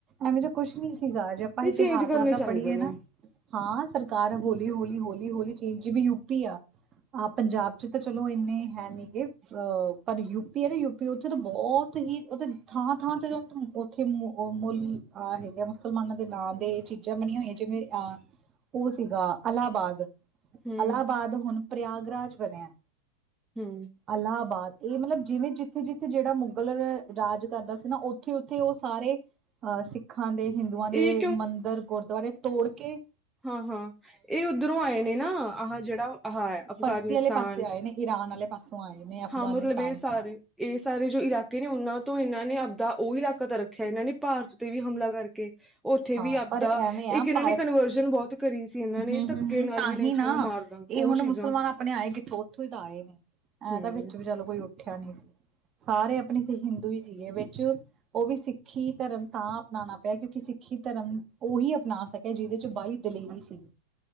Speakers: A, on the right (about 30°); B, in the centre.
A: ਇਹੋ ਜਾ ਕੁਛ ਨੀ ਸੀ ਗਾ ਜੇ ਆਪਾਂ
B: ਤੇ
A: ਇਤਿਹਾਸ
B: ਚੇਂਜ ਕਰਨੇ
A: ਆਪਦਾ
B: ਚਾਹੀਦੇ
A: ਪੜ੍ਹੀਏ
B: ਨੇ।
A: ਨਾ ਹਾਂ ਸਰਕਾਰ ਹੌਲੀ ਹੌਲੀ ਹਲੀ ਹੌਲੀ ਚ ਜਿਵੇਂ ਯੂਪੀ ਆ ਆਹ ਪੰਜਾਬ ਚ ਤਾਂ ਚਲੋ ਇੰਨੇ ਹੈ ਨੀ ਗੇ ਅ ਪਰ ਯੂਪੀ ਨਾ ਯੂਪੀ ਉੱਥੇ ਤਾਂ ਬਹੁਤ ਹੀ ਉਹ ਥਾਂ ਥਾਂ ਤੇ ਉੱਥੇ ਉਹ ਮੁੱਲ ਅਹ ਹੈਗੇ ਮੁਸਲਮਾਨਾਂ ਦੇ ਨਾਂ ਦੇ ਚੀਜ਼ਾਂ ਬਣੀਆਂ ਹੋਈਆਂ ਜਿਵੇਂ ਅਹ ਉਹ ਸੀਗਾ ਅਲਾਹਾਬਾਦ
B: ਹੂੰ,
A: ਅਲਾਹਾਬਾਦ ਹੁਣ ਪ੍ਰਯਗਰਾਜ ਬਣਿਆ
B: ਹੂੰ
A: ਇਲਾਹਾਬਾਦ ਇਹ ਮਤਲਬ ਜਿਵੇਂ ਜਿੱਥੇ ਜਿੱਥੇ ਜਿਹੜਾ ਮੁੱਗਲ ਰਾਜ ਕਰਦਾ ਸੀ ਨਾ ਉੱਥੇ ਉੱਥੇ ਉਹ ਸਾਰੇ ਅਹ ਸਿੱਖਾਂ ਦੇ ਹਿੰਦੂਆਂ ਦੇ
B: ਇਹ
A: ਮੰਦਿਰ ਗੁਰਦੁਆਰੇ ਤੋੜ ਕੇ
B: ਹਾਂ ਹਾਂ ਇਹ ਉੱਧਰੋਂ ਆਏ ਨੇ ਨਾ ਆਹ ਜਿਹੜਾ ਅਹ ਅਫਗਾਨਿਸਤਾਨ
A: ਪਰਸੀ ਵਾਲੇ ਪਾਸੇ ਆਏ ਨੇ ਈਰਾਨ ਵਾਲੇ ਪਾਸੋਂ ਆਏ ਨੇ ਅਫਗਾਨਿਸਤਾਨ
B: ਹਾਂ ਮਤਲਬ ਇਹ ਸਾਰੇ
A: ਤੋਂ
B: ਇਹ ਸਾਰੇ ਜੋ ਇਲਾਕੇ ਨੇ ਉਹਨਾਂ ਤੋਂ ਇਹਨਾਂ ਨੇ ਆਪਦਾ ਉਹੀ ਇਲਾਕਾ ਤਾਂ ਰੱਖਿਆ ਇਹਨਾਂ ਨੇ ਭਾਰਤ ਤੇ ਵੀ ਹਮਲਾ ਕਰਕੇ ਉੱਥੇ
A: ਹਾਂ
B: ਵੀ ਆਪਦਾ
A: ਪਰ ਐਵੇਂ ਆ
B: ਇੱਕ ਇਹਨਾਂ
A: ਭਾਰਤ
B: ਨੇ ਕਨਵਰਜਨ ਬਹੁਤ ਕਰੀ ਸੀ ਇਹਨਾਂ ਨੇ
A: ਹੂੰ
B: ਧੱਕੇ
A: ਹੂੰ
B: ਨਾਲ
A: ਤਾਂਹੀ
B: ਵੀ ਨਹੀਂ
A: ਨਾ
B: ਤੁਹਾਨੂੰ ਮਾਰਦਾ
A: ਇਹ
B: ਉਹ
A: ਹੁਣ
B: ਚੀਜ਼ਾਂ
A: ਮੁਸਲਮਾਨ ਆਪਣੇ ਆਏ ਕਿੱਥੋਂ ਉੱਥੋਂ ਹੀ ਤਾਂ ਆਏ ਨੇ ਹੈਂ
B: ਹੂੰ।
A: ਤਾਂ ਵਿੱਚ ਵੀ ਚਲੋ ਕੋਈ ਉੱਠਿਆ ਨੀ ਸੀ ਸਾਰੇ ਆਪਣੇ ਇੱਥੇ ਹਿੰਦੂ ਹੀ ਸੀਗੇ ਵਿੱਚ ਉਹ ਵੀ ਸਿੱਖੀ ਧਰਮ ਤਾਂ ਅਪਣਾਉਣਾ ਪਿਆ ਕਿਉਂਕਿ ਸਿੱਖੀ ਧਰਮ ਉਹੀ ਅਪਣਾ ਸਕਿਆ ਜਿਹਦੇ ਚ ਬਲੀ ਦਲੇਰੀ ਸੀ